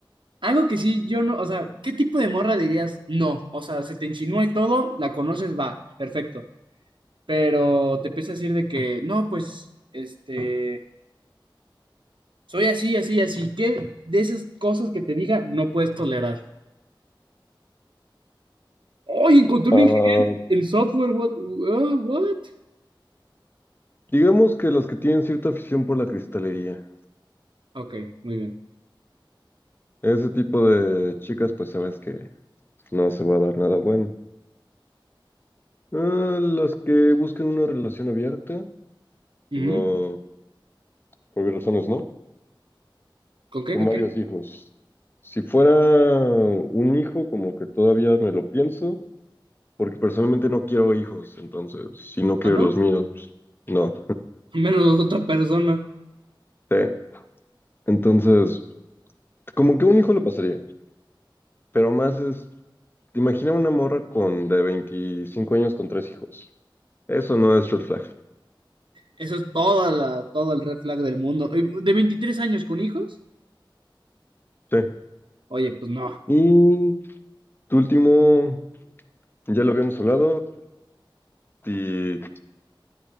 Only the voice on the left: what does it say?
Ah,
digamos que las que tienen cierta afición por la cristalería.
Ese tipo de chicas, pues sabes que no se va a dar nada bueno. Eh, las que buscan una relación abierta,
no,
por obvias razones, ¿no?
Con
varios
hijos. Si fuera un hijo, como que todavía me lo pienso, porque personalmente no quiero hijos, entonces, si no quiero
los míos, pues, no,
sí. Entonces, como que un hijo lo pasaría, pero más es, imagina una morra con de 25 años con tres hijos. Eso no es red flag,
sí.
Y tu último, ya lo habíamos hablado, y